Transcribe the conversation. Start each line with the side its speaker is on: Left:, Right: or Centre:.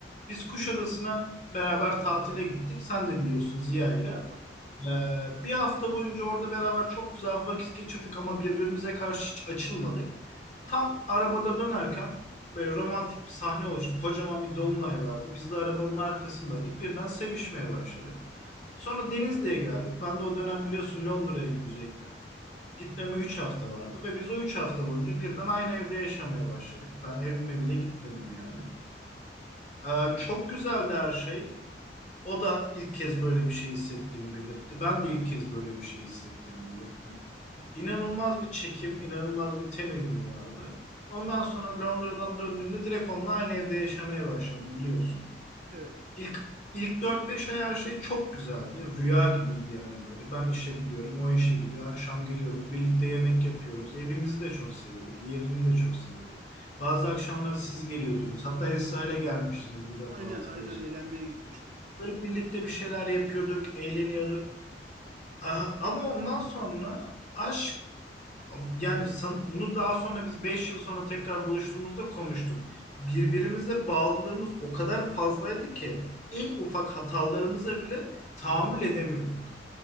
Left: Biz Kuşadası'na beraber tatile gittik. Sen de biliyorsun Ziya'yla.
Right: Ya falan.
Left: Ee, bir hafta boyunca orada beraber çok güzel vakit geçirdik ama birbirimize karşı hiç açılmadık. Tam arabada dönerken böyle romantik bir sahne oluştu. Kocaman bir dolunay vardı. Biz de arabanın arkasındaydık. Birden sevişmeye başladık. Sonra Denizli'ye geldik. Ben de o dönem biliyorsun Londra'ya gidecektim. Gitmeme 3 hafta vardı ve biz o 3 hafta boyunca birden aynı evde yaşamaya başladık. Ben evime bile gitmedim yani. Ee, çok güzeldi her şey. O da ilk kez böyle bir şey hissettiğini belirtti. Ben de ilk kez böyle bir şey hissettiğimi belirttim. İnanılmaz bir çekim, inanılmaz bir ten uyumu vardı. Ondan sonra Londra'dan döndüğümde direkt onunla aynı evde yaşamaya başladım biliyorsun.
Right: Evet.
Left: İlk ilk dört beş ay her şey çok güzeldi. Rüya gibiydi yani böyle. Ben işe gidiyorum, o işe gidiyor. Akşam geliyoruz, birlikte yemek yapıyoruz. Evimizi de çok seviyorduk, yerini de çok seviyorduk. Bazı akşamlar siz geliyordunuz. Hatta Esra ile gelmiştiniz bir defa
Right: Aynen
Left: hatırlıyorsun.
Right: aynen eğlenmeye gitmiştik.
Left: Böyle birlikte bir şeyler yapıyorduk, eğleniyorduk. Aa, Ama ondan sonra aşk yani san- bunu daha sonra biz 5 yıl sonra tekrar buluştuğumuzda konuştuk. Birbirimize bağlılığımız o kadar fazlaydı ki en ufak hatalarımıza bile tahammül edemiyorduk.